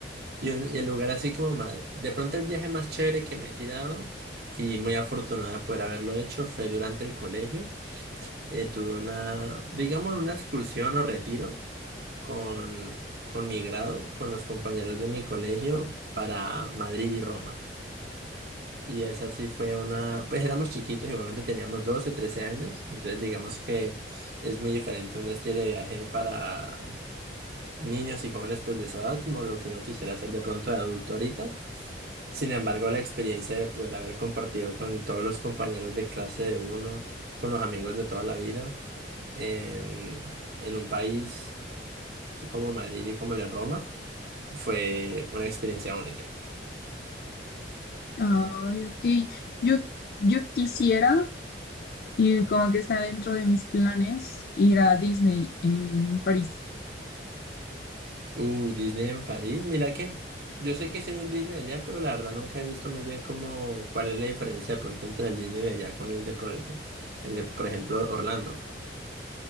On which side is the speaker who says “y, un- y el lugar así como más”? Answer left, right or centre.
Right